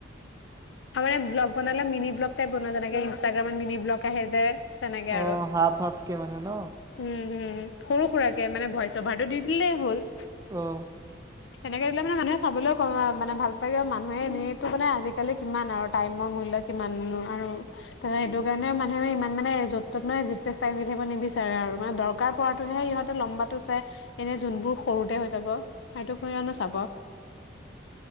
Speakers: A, on the left (about 75°); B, on the right (about 15°).
A: আমাৰ ইয়াত ব্লগ বনালে মিনি ব্লগ টাইপ বনোৱা যেনেক ইনষ্টাগ্ৰামত মিনি ব্লগ আহে যে তেনেকে আৰু
B: অ', হাফ হাফকে মানে ন
A: হম হম সৰু সুৰাকে মানে ভইচ অভাৰটো দি দিলেই হ'ল
B: অ
A: তেনেকে দিলে মানে মানুহে চাবলৈও ক মানে ভাল পায় বা মানুহে এনেই তো মানে আজিকা আজিকালি কিমান আৰু টাইমৰ মূল্য কিমান আৰু সেইটো কাৰণে মানুহে ইমান মানে য'ত ত'ত মানে এক্সেস টাইম দি থাকিব নিবিচাৰে আৰু মানে দৰকাৰ পৰাতেহে ইহঁতে লম্বাটো চাই এনে যোনবোৰ সৰুতে হৈ যাব সেইটো কৰি আনো চাব